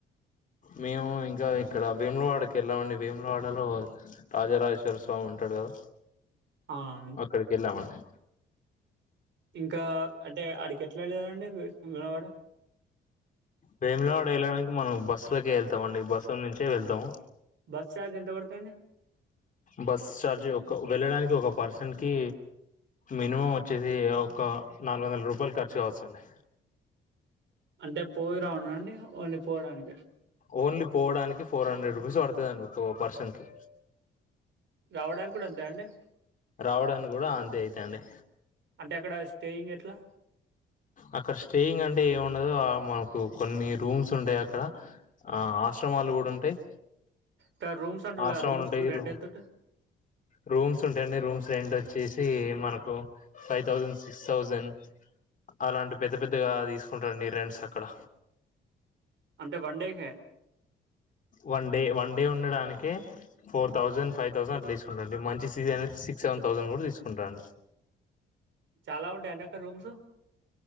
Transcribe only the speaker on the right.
అవునండి
ఇంకా అంటే అడికి ఎట్లా వెళ్దండివాడ
బస్ చార్జ్ ఎంత పడుతాండి
అంటే పోయి రావున్నాండి వా ఓన్లీ పోవడానికా
రావడానికి కూడా అంతే అండి
అంటే అక్కడ స్టేయింగ్ ఎట్లా
ట రూమ్స్ అంటూ
లే రూమ్స్
కు రెంట్
అయితు
అంటే వన్ డేకే
చాలా ఉంటాయా అండి అక్కడ రూమ్స్